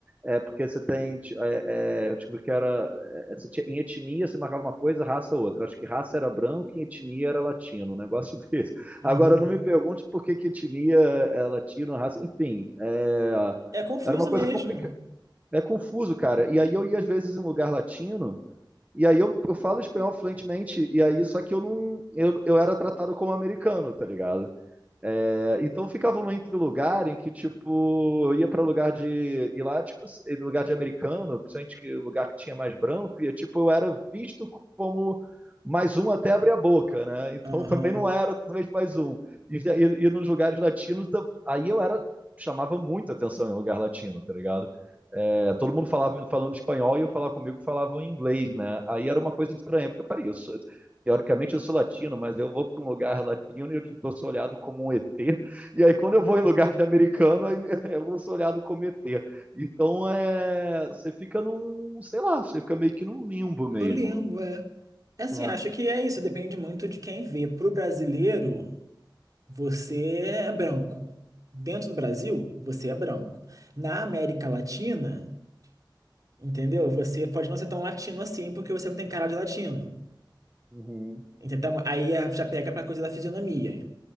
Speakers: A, on the right (about 20°); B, on the right (about 45°).
A: É porque você tem. ti- é, é, eu descobri que era. é, você tinha- em etnia você marcava uma coisa, raça outra. Acho que raça era branco e etnia era latino, um negócio <laughs> desse.
B: Uhum.
A: Agora, não me pergunte por que que etnia, é latina, raça, enfim, é,
B: É confuso
A: era uma coisa
B: mesmo.
A: complicada, é confuso, cara. E aí eu ia às vezes em um lugar latino, e aí eu, eu falo espanhol fluentemente, e aí só que eu não, eu, eu era tratado como americano, tá ligado? É, então ficava num entre lugar em que, tipo, eu ia pra lugar de. E lá, tipo, lugar de americano, principalmente que lugar que tinha mais branco, e tipo, eu era visto como mais um até abrir a boca, né? <laughs> Então
B: Aham.
A: também não era talvez mais um. E, e, e nos lugares latinos, da- aí eu era chamava muita atenção em lugar latino, tá ligado? É, todo mundo falava falando espanhol e eu falava comigo falavam em inglês, né? Aí era uma coisa estranha, porque peraí, eu sou, teoricamente eu sou latino, mas eu vou para um lugar latino e eu, tipo, eu sou olhado como um ET. E aí quando eu vou em lugar de americano, aí <laughs> eu não sou olhado como ET. Então é, você fica num, sei lá, você fica meio que num limbo mesmo.
B: No limbo, é. É assim,
A: né?
B: acho que é isso, depende muito de quem vê. Para o brasileiro, você é branco. Dentro do Brasil, você é branco. Na América Latina, entendeu? Você pode não ser tão latino assim, porque você não tem cara de latino.
A: Uhum.
B: Entendeu? Então, Aí é- já pega pra coisa da fisionomia,